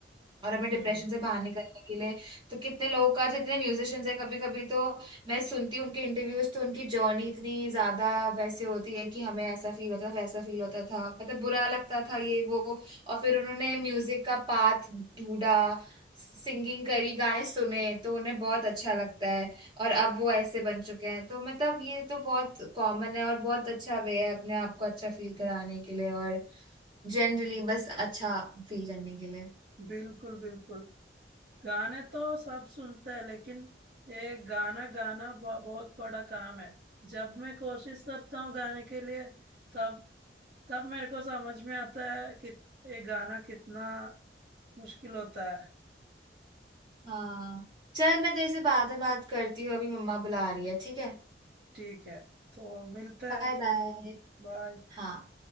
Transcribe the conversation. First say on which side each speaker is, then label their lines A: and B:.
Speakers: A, on the right; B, on the right.
A: और हमें
B: हम्म
A: डिप्रेशन से बाहर निकलने के लिए तो कितने लोगों का जितने म्यूजिशियंस है कभी कभी तो मैं सुनती हूँ उनके इंटरव्यूज तो उनकी जर्नी इतनी ज्यादा वैसे होती है कि हमें ऐसा फील होता था वैसा फील होता था मतलब बुरा लगता था ये वो और फिर उन्होंने म्यूजिक का पाथ ढूंढा सिंगिंग करी गाने सुने तो उन्हें बहुत अच्छा लगता है और अब वो ऐसे बन चुके हैं तो मतलब ये तो बहुत कॉमन है और बहुत अच्छा वे है अपने आप को अच्छा फील कराने के लिए और जनरली बस अच्छा फील करने के लिए
B: बिल्कुल बिल्कुल गाने तो सब सुनते हैं लेकिन ये गाना गाना ब- बहुत बड़ा काम है जब मैं कोशिश करता हूँ गाने के लिए तब तब मेरे को समझ में आता है कि ये गाना कितना मुश्किल होता है
A: हाँ चल मैं तेरे से बाद में बात करती हूँ अभी मम्मा बुला रही है ठीक है
B: ठीक है तो मिलते
A: Bye
B: हैं
A: bye
B: बाय
A: हाँ